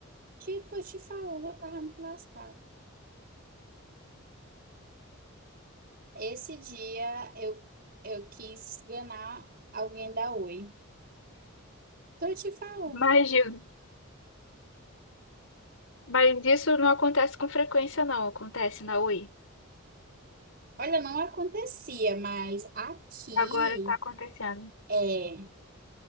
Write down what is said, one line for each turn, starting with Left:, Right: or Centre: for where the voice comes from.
Right: Tipo, eu te falando, eu tava muito lascada. Esse dia eu, eu quis esganar alguém da Oi. Tô te falando.
Left: Imagino. Mas isso não acontece com frequência, não. Acontece na Oi.
Right: Olha, não acontecia, mas aqui
Left: Agora tá acontecendo.
Right: é.